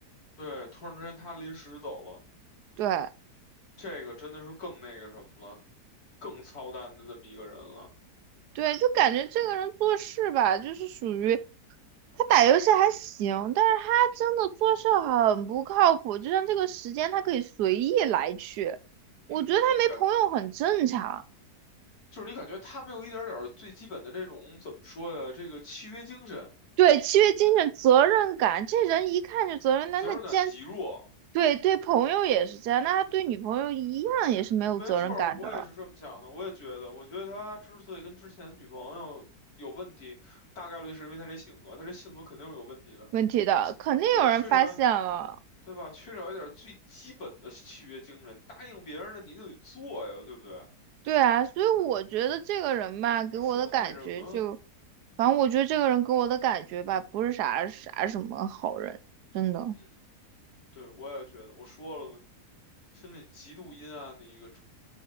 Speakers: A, on the left; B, on the right.
A: 对，突然之间他临时走了。
B: 对
A: 这个真的是更那个什么了，更操蛋的这么一个人了。
B: 对，就感觉这个人做事吧，就是属于他打游戏还行，但是他真的做事很不靠谱，就像这个时间他可以随意来去，我觉得他没朋友很正常。
A: 嗯，你感觉就是你感觉他没有一点点儿最基本的这种怎么说呀？这个契约精神、
B: 对，契约精神、责任感，这人一看就责任那那既然
A: 责任感极弱。
B: 对对朋友也是这样，那他对女朋友一样也是没有责任感的。
A: 没错儿我也是这么想的。我也觉得，我觉得他之所以跟之前女朋友有问题，大概率是因为他这性格，他这性格肯定是有问题的。
B: 问题的，肯定有人发现了。
A: 对，缺少，对吧？缺少一点最基本的契约精神，答应别人的你就得做呀，对不对？
B: 对啊，所以我觉得这个人吧，给我的感觉就，
A: 每次都那什么，
B: 反正我觉得这个人给我的感觉吧，不是啥啥什么好人，真的。
A: 嗯。对，我也觉得，我说了嘛，心里极度阴暗的一个主。